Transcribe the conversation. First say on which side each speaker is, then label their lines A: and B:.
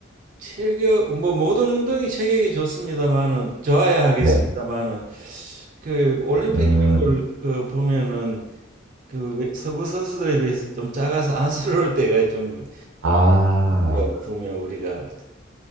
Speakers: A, on the right; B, on the right.
A: 체격 뭐 모든 운동이 체격이 좋습니다만은 좋아야 하겠습니다만은
B: 네.
A: 그 올림픽
B: 음,
A: 이런 걸그 보면은 그 외- 서구 선수들에 비해서 좀 작아서 안쓰러울 때가 좀
B: 아,
A: 있어요, 보면 우리가